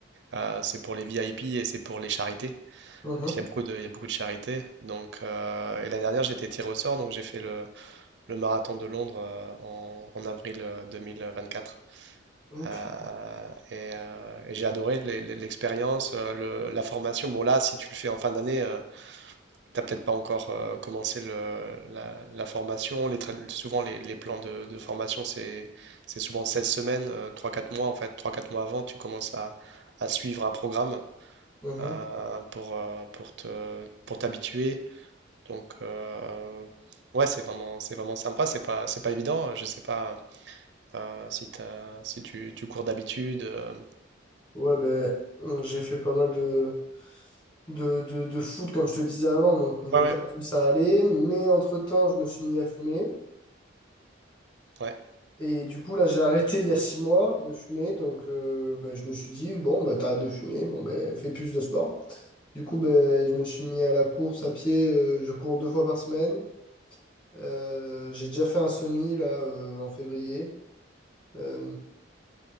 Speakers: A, on the right; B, on the left.
A: euh, c'est pour les VIP et c'est pour les charités
B: Mhm.
A: parce qu'il y a beaucoup de, il y a beaucoup de charité. Donc, euh, et l'année dernière, j'ai été tiré au sort, donc j'ai fait le, le marathon de Londres euh, en, en avril euh, 2024.
B: Ok.
A: Euh, et euh, et j'ai adoré l'e- l'e- l'expérience, euh, le- la formation. Bon, là, si tu le fais en fin d'année, euh, t'as peut-être pas encore euh, commencé le- la, la formation. Les train- souvent, les, les plans de, de formation, c'est, c'est souvent 16 semaines, euh, trois quatre mois. En fait, trois quatre mois avant, tu commences à, à suivre un programme
B: Mhm.
A: euh, pour, euh, pour te, pour t'habituer. Donc, euh, ouais, c'est vraiment, c'est vraiment sympa. C'est pas, c'est pas évident. Je sais pas euh, si t'as- si tu, tu cours d'habitude. euh.
B: Ouais, ben, euh, j'ai fait pas mal de, de, de, de foot, comme je te disais avant. Donc, niveau
A: Ouais, ouais,
B: cardio, ça allait. Mais entre-temps, je me suis mis à fumer.
A: ouais.
B: Et du coup, là, j'ai <laughs> arrêté il y a six mois de fumer. Donc, euh, ben, je me suis dit, bon, bah t'arrêtes de fumer. Bon, ben, fais plus de sport. Du coup, ben, je me suis mis à la course à pied. euh, je cours deux fois par semaine. Euh, j'ai déjà fait un semi, là, euh, en février. euh,